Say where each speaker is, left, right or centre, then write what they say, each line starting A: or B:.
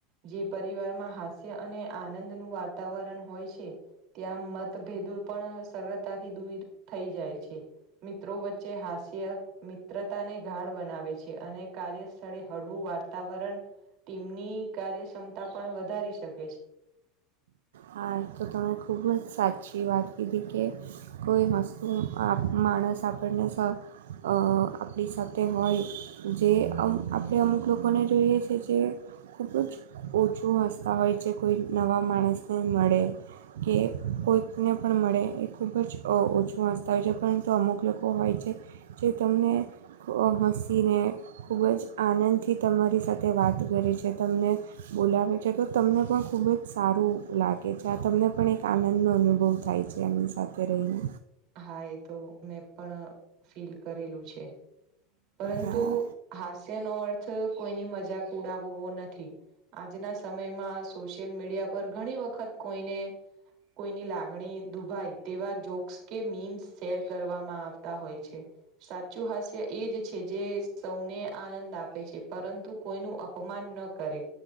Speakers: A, on the right; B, on the right.
A: જે પરિવારમાં હા સ્ય અને આનંદ નું વાતાવરણ હોય છે ત્યાં મતભેદો હલ સરળતાથી દૂવિત થઈ જાય છે મિત્રો વચ્ચે હાસ્ય મિત્રતાને ધાર બનાવે છે અને કાર્યસ્થળે હળવું વાતાવરણ ટીમની કાર્યક્ષમતા પણ વધારી શક
B: હા તો તમે ખુબ જ સાચી વાત કીધી કે કોઈ હસ્તુ આપ માણસ આપણને સ અ આપડી સાથે હોય જે અમ આપડે અમુક લોકોને જોઈએ છે જે ખૂબું જ ઓછું હસતા હોય છે કોઈ નવા માણસને મળે કે કોઈકને પણ મળે એ ખૂબ જ અ ઓછું વાસ્તા હોય છે પરંતુ અમુક લોકો હોય છે જે તમને અ હસીને ખૂબ જ આનંદથી તમારી સાથે વાત કરે છે તમને બોલાવે છે તો તમને પણ ખૂબ જ સારું લાગે છે આ તમને પણ એક આનંદનો અનુભવ થાય છે એમની સાથે રહીને.
A: હા એ તો મેં પણ ફીલ કરેલું છે. પરંતુ
B: હા
A: હાસ્ય નો અર્થ કોઈની મજાક ઉડાવવો નથી. આજના સમયમાં સોશિયલ મીડિયા પર ઘણી વખત કોઈને કોઈની લાગણી દુભાય તેવા જોક્સ- - કે મીમ્સ શેર કરવામાં આવતા હોય છે સાચું હાસ્ય એ જ છે જે સૌને આનંદ આપે છે પરંતુ કોઈનું અપમાન ન કરે.